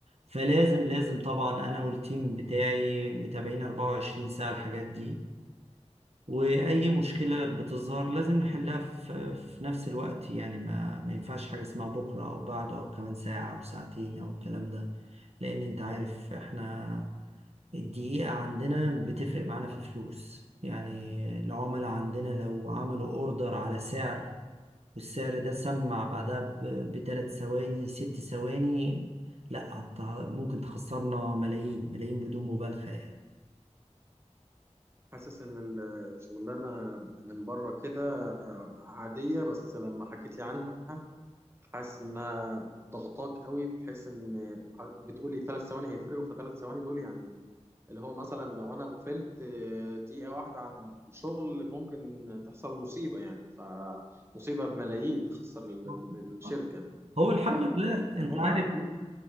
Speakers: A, on the right; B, on the right.
A: فلازم لازم طبعا أنا والتيم بتاعي متابعين أربعة وعشرين ساعة الحاجات دي وأي مشكلة بتظهر لازم نحلها في, في نفس الوقت يعني ما, ما ينفعش حاجة اسمها بكرة أو بعده أو كمان ساعة أو ساعتين أو الكلام ده لأن أنت عارف إحنا الدقيقة عندنا بتفرق معانا في فلوس يعني العملاء عندنا لو عملوا أوردر على سعر والسعر ده سمع بعدها بثلاث ثواني ست ثواني لا هت- ممكن تخسرنا ملايين ملايين بدون مبالغة يعني
B: حاسس إن ال- الشغلانة من بره كده آه، عادية بس لما حكيت لي عنها حاسس انها ضغطاك قوي بحيث ان بتقولي ثلاث ثواني هيفرقوا فثلاث ثواني دول يعني اللي هو مثلا لو انا غفلت آه، دقيقة واحدة عن الشغل ممكن تحصل مصيبة يعني فمصيبة بملايين تخسر ال-
A: <laughs>
B: ال- الشركة
A: هو الحمد
B: ف
A: لله
B: أنا
A: انت
B: ممكن
A: عارف
B: ممكن-